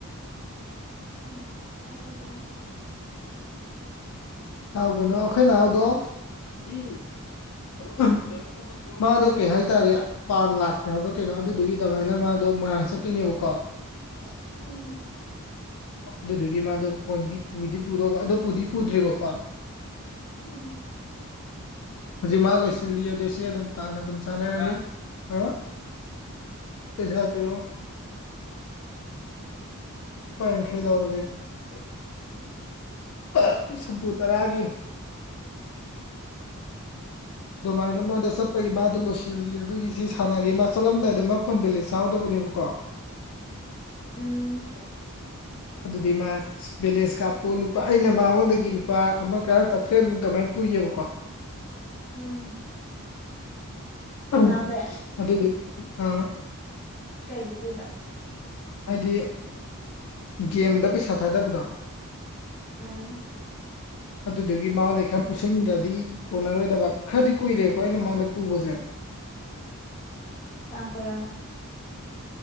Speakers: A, on the left; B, on the left.
A: ꯍꯝ ꯇꯥꯏꯗꯦ ꯅꯪ
B: ꯇꯥꯎꯒꯅꯨ ꯑꯩꯈꯣꯏ ꯅꯥꯎꯗꯣ <unintelligible> <unintelligible> ꯃꯥꯗꯣ ꯀꯩ ꯍꯥꯏ ꯇꯥꯔꯦ ꯄꯥꯟ ꯂꯥꯛꯇꯦ ꯍꯥꯏꯕ꯭ꯔꯥ ꯀꯩꯅꯣ ꯑꯗꯨꯗꯒꯤ ꯑꯗꯨꯃꯥꯏꯅ ꯃꯥꯗꯣ ꯃꯣꯏꯔꯥꯡ ꯆꯠꯇꯣꯏꯅꯦꯕꯀꯣ
A: <unintelligible> ꯎꯝ
B: ꯑꯗꯨꯗꯨꯒꯤ ꯃꯥꯗꯣ ꯐꯣꯟꯗꯤ ꯄꯨꯗꯤ ꯄꯨꯗꯧꯕ ꯑꯗꯨꯣ ꯄꯨꯗꯤ ꯄꯨꯗ꯭ꯔꯤꯕꯀꯣ
A: ꯎꯝ
B: ꯍꯧꯖꯤꯛ ꯃꯥ ꯂꯣꯏꯁꯤꯜꯂꯤ ꯑꯗꯨ ꯁꯤ ꯑꯗꯨꯝ ꯇꯥꯟ ꯑꯗꯨꯝ ꯆꯥꯟꯅꯔꯅꯤ ꯍꯥ <unintelligible> ꯄꯁꯥ ꯄꯤꯔꯛꯑꯣ ꯂꯨꯄꯥ ꯌꯥꯡꯈꯩ ꯂꯧꯔꯒꯦ <unintelligible> ꯁꯝꯄꯨ ꯇꯔꯥꯒꯤ ꯑꯗꯨꯃꯥꯏꯅ ꯃꯥꯗꯣ ꯆꯠꯄꯒꯤ ꯃꯥꯗꯣ ꯂꯣꯏꯁꯤꯜꯂꯤ ꯑꯗꯨꯒꯤ ꯁꯤ ꯁꯥꯟꯅꯔ ꯃꯥ ꯆꯠꯂꯝꯗꯥꯏꯗ ꯃꯥ ꯐꯣꯟ ꯕꯦꯂꯦꯟꯁ ꯌꯥꯎꯗꯕꯅꯦꯕꯀꯣ ꯀꯣ
A: ꯎꯝ
B: ꯑꯗꯨꯗꯤ ꯃꯥ ꯕꯦꯂꯦꯟꯁ ꯀꯥꯞꯄꯣ ꯂꯨꯄꯥ ꯑꯩꯅ ꯃꯉꯣꯟꯗꯒꯤ ꯂꯨꯄꯥ ꯑꯃꯒ ꯆꯥꯇ꯭ꯔꯦꯠꯃꯨꯛ ꯑꯗꯥꯏꯅ ꯄꯨꯏꯌꯦꯕꯀꯣ
A: ꯎꯝ ꯅꯅꯥꯎꯗꯩ
B: ꯎꯝ ꯑꯗꯨꯒꯤ ꯑ
A: ꯀꯒꯤ ꯄꯨꯏꯕ
B: ꯍꯥꯏꯗꯤ ꯒꯦꯝꯗ ꯄꯩꯁꯥ ꯊꯥꯗꯕꯗꯣ
A: ꯎꯝ
B: ꯑꯗꯨꯗꯨꯒꯤ ꯃꯥꯉꯣꯟꯗꯩ ꯈꯔ ꯄꯨꯁꯤꯟꯗ꯭ꯔꯗꯤ ꯀꯣꯟꯅꯔꯣꯏꯗꯕ ꯈꯔꯗꯤ ꯀꯨꯏꯔꯦꯕꯀꯣ ꯑꯩꯅ ꯃꯉꯣꯟꯗꯩ ꯄꯨꯕꯁꯦ
A: ꯀꯌꯥꯝ ꯀꯨꯏꯔꯕ